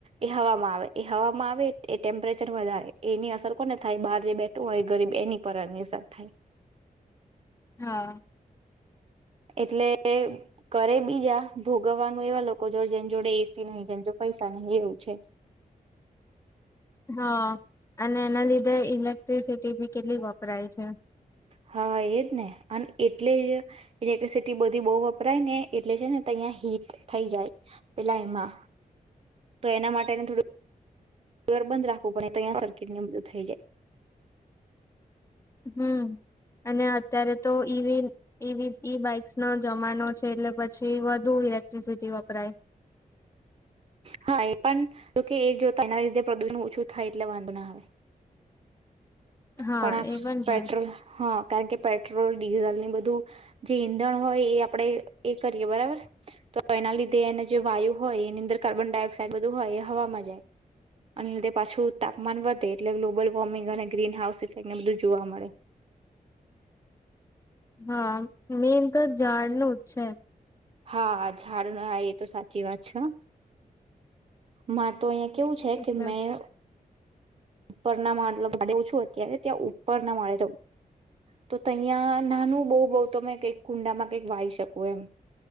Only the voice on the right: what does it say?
એ હવામાં આવે એ હવામાં આવે એ ટેમ્પરેચર વધારે એની અસર કોને થાય બહાર જે બેઠ હોય ગરીબ એની પરારની અસર થાય.
એટલે કરે બીજા ભોગવવાનું એવા લોકો જો જેમ જોડે એસી નહી જેમ જો પૈસા એવું છે.
હા એજ ને અને એટલે જ કેપેસિટી બધી બહુ વપરાય ને. એટલે છે ને અહીં હીટ થઈ જાય પેલા એમાં. તો એના માટેને થોડું ઘર બંધ રાખવું પડે તંયા સર્કિટને બધું થઈ જાય.
હા એ પણ, જોકે એક જોતા એના લીધે પ્રદુષણ ઓછું થાય એટલે વાંધો ના આવે.
પણ આ
પેટ્રોલ
હા કારણ કે પેટ્રોલ ડીઝલની બધું, જે ઈંધણ હોય એ આપણે એ કરીએ બરાબર, તો એના લીધે એને જે વાયુ હોય એની અંદર કાર્બન ડાયોક્સાઇડ બધું હોય. હવામાં જાય આના લીધે પાછું તાપમાન વધે એટલે global warming green house effect ને બધું જોવા મળે.
હા ઝાડના હ એ તો સાચી વાત છે હ માર તો અહીયાં કેવું છે
કે મેં ઉપરના મા ઓછું અત્યારે ત્યાં ઉપરના માળે તો તહીંયા નાનું બઉ બઉ તમે કઈક કુંડામાં કઈક વાઈ શકો એમ.